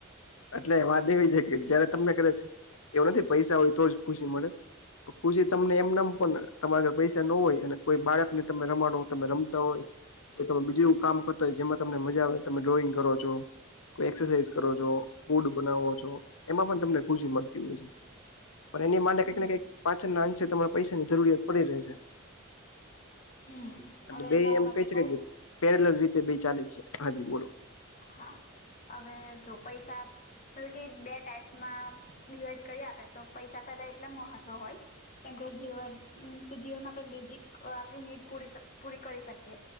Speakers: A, on the left; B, on the left.
A: અટલે વાત એવી છે, કે જયારે તમને કરે છે, એવું નથી પૈસા હોય તો જ ખુશી મળે તો ખુશી તમને એમને એમ પણ તમારે પૈસા ન હોય અને કોઈ બાળકને તમે રમાડો તમે રમતા હોય. તમે બીજું એવું કામ કરતો હોય જેમાં તમને મજા આવે તમે ડ્રોઈંગ કરો છો કોય એક્સરસાઇઝ કરો છો ફૂડ બનાવો છો એમાં પણ તમને ખુશી મળતી હોય છે. પણ એની માટે કંઈક
B: હમ
A: ને કંઈક પાછળના અંશે તમારે પૈસાની જરૂરિયાત પડી રહે છે.
B: હમ
A: એટલે
B: હવે
A: બે
B: મારા
A: એમ
B: માટે
A: ક‌ઈ છે,
B: કવ
A: કે પેરેલલ રીતે બે ચાલે છે, હાજી બો
B: હા અવે જો પૈસા બલકી બે ટાઈપમાં ડિવાઈડ કરી આપે તો પૈસા પેલા એટલા મહત્વ હોય. કેમકે જીવન મીન્સ કે જીવનમાં આપણે બેઝિક આપણી નીડ પૂરી પૂરી કરી શકીએ